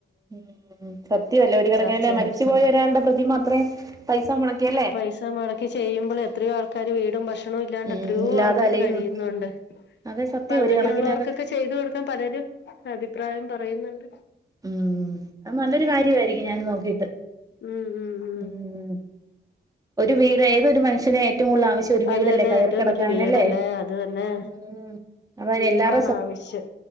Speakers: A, on the right; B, on the left.
A: ഉ സത്യവല്ലേടീഒരുങ്ങേല്ലേ
B: ചർച്ചയും
A: മരിച്ചു
B: കർ
A: പോയ ഒരാളുടെ പ്രതിമഅത്ര പൈസ മുടക്കിയ
B: പൈസ മുടക്കി ചെയ്യുമ്പോള് എത്രയോ ആൾക്കാര് വീടും ഭക്ഷണവും ഇല്ലാണ്ട്
A: ഉം
B: എത്രയോ
A: ഇല്ലാതെ
B: ആൾ ക്കാര്
A: അലയുന്നു
B: കഴിയുന്നുണ്ട്
A: അതെ സത്യം
B: അപ്പൊ അങ്ങനെയുള്ളവർക്കൊക്കെ
A: ഒരു കണക്കിന് അതൊക്കെ
B: ചെയ്തു കൊടുക്കാൻ പലരും അഭിപ്രായം പറയുന്നുണ്ട്
A: ഉം അത് നല്ലൊരു കാര്യവായിരിക്കും ഞൻ നോക്കിട്ട്
B: ഉം ഉം ഉം
A: ഉംഒരു വീട് ഏതൊരു മനു ഷ്യന് ഏറ്റവും കൂടുതൽ ആവശ്യം ഒരു വീടല്ലേ
B: അത് തന്നെ
A: കയറി
B: ഏറ്റവും
A: കിടക്കാനല്ലേ
B: വലിയ വീടല്ലേ അത് തന്നെ
A: ഉം അ
B: വീടാണ്
A: എല്ലാവ
B: ആവശ്യം